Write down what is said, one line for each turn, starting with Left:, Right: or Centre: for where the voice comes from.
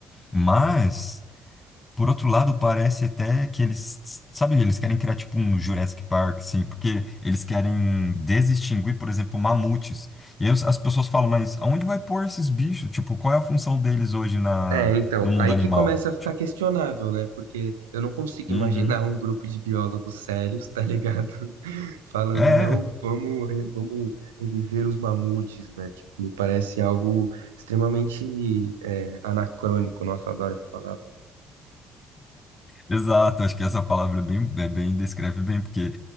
Left: Mas. Por outro lado, parece até que eles, sabe, eles querem criar tipo um Jurassic Park, assim, porque eles querem desextinguir, por exemplo, mamutes. E aí os- as pessoas falam, mas aonde vai pôr esses bichos? Tipo, qual é a função deles hoje na,
Right: É, então,
Left: no mundo
Right: aí
Left: animal?
Right: que começa a ficar
Left: Tipo,
Right: questionável, né? Porque eu não consigo
Left: uhum.
Right: imaginar um grupo de biólogos sérios, tá ligado? <laughs> Falando,
Left: É, é,
Right: não, vamos, re- vamos reviver os mamutes, né? Tipo, me parece algo extremamente, é, anacrônico. Nossa, eu adoro essa palavra.
Left: exato. Acho que essa palavra é bem, é bem, descreve bem, porque,